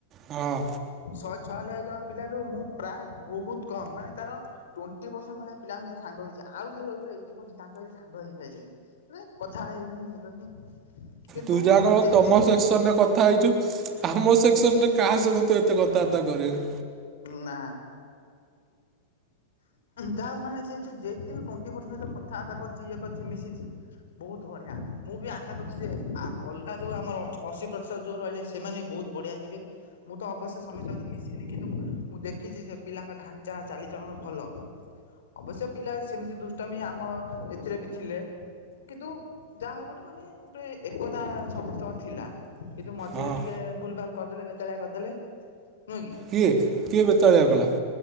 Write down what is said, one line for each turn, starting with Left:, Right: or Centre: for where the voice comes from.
Right: ହଁ।
Left: ଶହେ ଛୟାଲବେ ଜଣ ପିଲାରୁ ମୁଁ ପ୍ରାୟ ବହୁତ କମ ମାନେ ତାର ଟ୍ୱେଣ୍ଟି ପରସେଣ୍ଟ ଭଳିଆ ପିଲାଙ୍କ ସହିତ ସାଙ୍ଗ ହେଇଚି ଆଉ ଯୋଉ ଏଇଟି ପରସେଣ୍ଟ ତାଙ୍କ ସହିତ ସାଙ୍ଗ ହେଇ ପାରିଲିନି। ନାଇଁ କଥାଇ ହେଇିନି ଇୟେ କରିନି। କିନ୍ତୁ
Right: ତୁ ଯାକ
Left: ଯେତିକି
Right: ତମ ସେକ୍ସନରେ କଥା ହେଇଚୁ ଆମ ସେକ୍ସନ ରେ କାହା ସହିତ ତୁ ଏତେ କଥାବାର୍ତ୍ତା କରିନୁ।
Left: ନା। ତା ମାନେ ସେ ଯଉ ଯେତିକି ଟୁୱଣ୍ଟି ପରସେଣ୍ଟ କଥାବାର୍ତ୍ତା କରିଚି ଇଏ କରିଚି ମିଶିଚି ବହୁତ ବଢିଆ। ମୁଁ ବି ଆଶା କରୁଚି ଯେ ଆ ଅଲଗା ଯୋଉ ଆମର ଅଶୀ ପ୍ରତିଶତ ଯୋଉ ରହିଲେ ସେମାନେ ବି ବହୁତ ବଢିଆ ଥିବେ। ମୁଁ ତ ଅବଶ୍ୟ ସମସ୍ତ ଙ୍କ ସହିତ ମିଶି ମୁଁ ଦେଖିଚି ସେ ପିଲାଙ୍କ ଢାଞ୍ଚା ଚାଲିଚଲଣ ଭଲ। ଅବଶ୍ୟ ପିଲା ସେମିତି ଦୁଷ୍ଟାମୀ ଆମ ଏଥିରେ ବି ଥିଲେ। କିନ୍ତୁ ଯାହାର ଗୋଟେ ମାନେ ଗୋଟେ ଏକତା ସମସ୍ତଙ୍କ ଥିଲା। କିନ୍ତୁ ମଝିରେ
Right: ହଁ
Left: ଟିକେ ଭୁଲ ଭାଲ କରିଦେଲେ। ବେତଳିଆ କରିଦେଲେ ନୁହଁ କି?
Right: କିଏ କିଏ ବେତାଳିଆ କଲା?